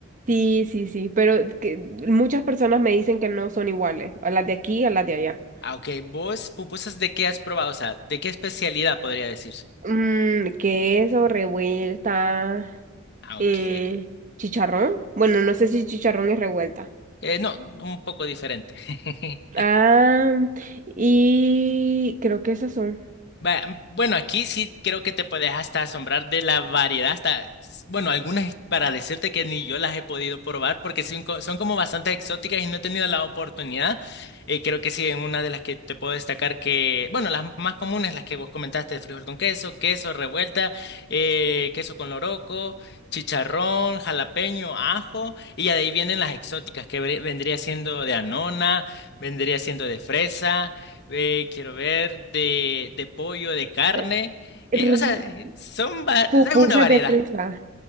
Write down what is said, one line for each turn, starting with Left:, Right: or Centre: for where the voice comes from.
Right: Sí, sí, sí, pero que muchas personas me dicen que no son iguales, a las de aquí, a las de allá.
Left: Ah, ok. ¿Vos pupusas de qué has probado? O sea, ¿de qué especialidad podría decir?
Right: Mm, queso, revuelta,
Left: Ah,
Right: eh,
Left: ok.
Right: chicharrón. Bueno, no sé si chicharrón es revuelta.
Left: Eh, no, un poco diferente. <laughs>
Right: Ah, y creo que esas son.
Left: Va- Bueno, aquí sí creo que te puedes hasta asombrar de la variedad, hasta, s- bueno, algunas para decirte que ni yo las he podido probar porque son, co- son como bastante exóticas y no he tenido la oportunidad. Eh, creo que sí, en una de las que te puedo destacar que, bueno, las más comunes, las que vos comentaste, de frijol con queso, queso revuelta, eh, queso con loroco, chicharrón, jalapeño, ajo, y ya de ahí vienen las exóticas que ve- vendría siendo de anona, vendría siendo de fresa. Eh, quiero ver de, de pollo, de carne.
Right: Eh,
Left: Eh,
Right: r-
Left: o sea, son va- es
Right: Pupusas
Left: una variedad.
Right: de fresa.